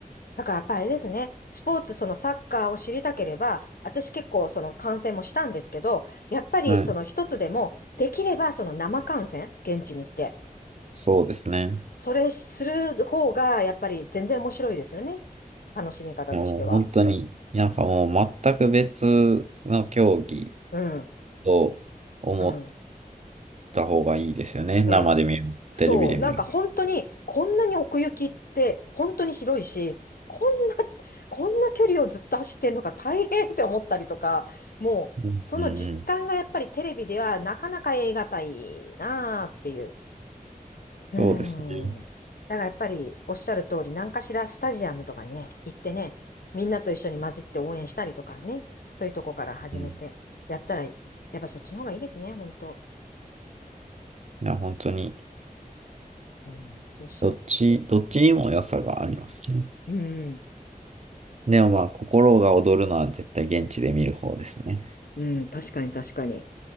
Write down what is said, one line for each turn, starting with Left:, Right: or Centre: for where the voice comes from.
Left: だからやっぱりあれですね、スポーツ、そのサッカーを知りたければ、私結構その観戦もしたんですけど、やっぱりその一つでも、
Right: はい。
Left: できればその生観戦、現地に行って、
Right: そうですね。
Left: それする方が、やっぱり全然面白いですよね。楽しみ方としては。
Right: もう本当に、なんかもう全く別の競技
Left: うん、
Right: と思っ
Left: うん。
Right: た方がいいですよね。
Left: ね
Right: 生で見る、
Left: そう、
Right: テレビで見る。
Left: なんか本当に、こんなに奥行きって本当に広いし、こんな、こんな距離をずっと走ってんのか大変って思ったりとか、もう、
Right: うん、
Left: その実感がやっぱりテレビではなかなか得難いなあっていう。
Right: うん、うんそうですね。
Left: うん。だからやっぱりおっしゃる通り、何かしらスタジアムとかにね、行ってね、みんなと一緒に混じって応援したりとかね、そういうとこから始めて、
Right: うん。
Left: やったら、やっぱそっちの方がいいですね、本当。
Right: いや、本当に、
Left: うん、そうしよ
Right: どっち、どっちにも良さがありますね。
Left: う。うん、
Right: でもまあ、心が躍るのは絶対現地で見る方ですね。
Left: うん、確かに確かに。